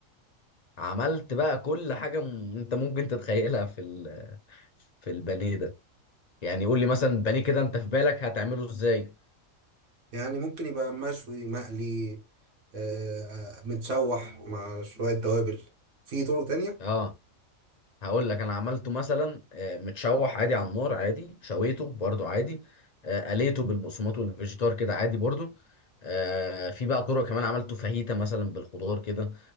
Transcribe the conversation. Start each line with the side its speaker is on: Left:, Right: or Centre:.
Left: عملت بقى كل حاجه م- انت ممكن تتخيلها في ال- في البانيه ده يعني قول لي مثلا البانيه كده انت في بالك هتعمله ازاي
Right: يعني ممكن يبقى مشوي مقلي آه متشوح مع شويه توابل في طرق تانية
Left: اه هقول لك انا عملته مثلا آه، متشوح عادي على النار عادي شويته برضو عادي آه، قليته بالبقسماط والفيجيتار كده عادي برضو آه، في بقى طرق كمان عملته فاهيتا مثلا بالخضار كده